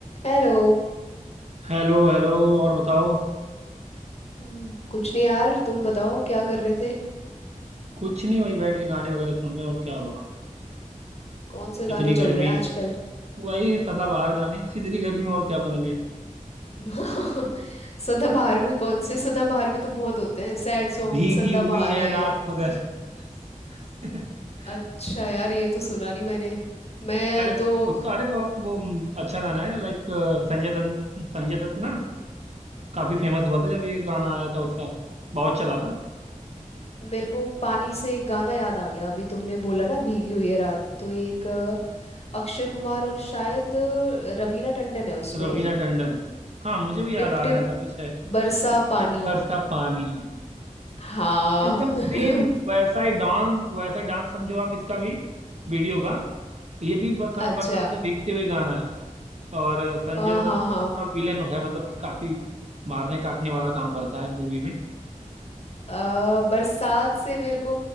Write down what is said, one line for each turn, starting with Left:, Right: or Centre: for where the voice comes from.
Left: हेलो
Right: Hello hello और बताओ
Left: हम्म, कुछ नहीं यार तुम बताओ क्या कर रहे थे
Right: कुछ नहीं वही बैठ के गाने वगैरह सुन रहे हैं और क्या होगा
Left: कौन से गाने
Right: इतनी गर्मी
Left: चल रहे हैं आजकल
Right: है वही सदाबहार गाने इतनी गर्मी में और क्या सुनेंगे
Left: <laughs> सदाबहार में कौन से सदाबहार में तो बहुत होते हैं सैड सॉन्ग
Right: भीगी
Left: भी सदाबहार
Right: हुई है
Left: हैं
Right: रात मगर <laughs>
Left: अच्छा यार ये तो सुना नहीं मैंने मैं
Right: अरे
Left: तो
Right: उसका अरे बहुत वो हम्म, अच्छा गाना है लाइक संजय दत्त संजय दत्त ना काफी फेमस हुआ था जब ये गाना आया था उसका बहुत चला था
Left: मेरे को पानी से एक गाना याद आ गया अभी तुमने बोला ना भीगी हुई है रात तो एक अ, अक्षय कुमार और शायद अ, रवीना टंडन है उसमें
Right: रवीना टंडन हाँ मुझे भी याद
Left: टिप
Right: आ
Left: टिप
Right: रहा है ऐसा कुछ है
Left: बरसा
Right: टिप
Left: पानी
Right: टिप बरसा पानी
Left: हाँ
Right: एकदम सेम
Left: <laughs>
Right: वैसा ही डांस वैसा ही डांस समझो आप इसका भी वीडियो का ये भी बरसात
Left: अच्छा
Right: बरसात में भीगते हुए गाना है और संजय
Left: हाँ
Right: दत्त
Left: हाँ
Right: इसमें
Left: हाँ
Right: थोड़ा विलेन है मतलब कि काफी मारने काटने वाला काम करता है मूवी में
Left: अ, बरसात से मेरे को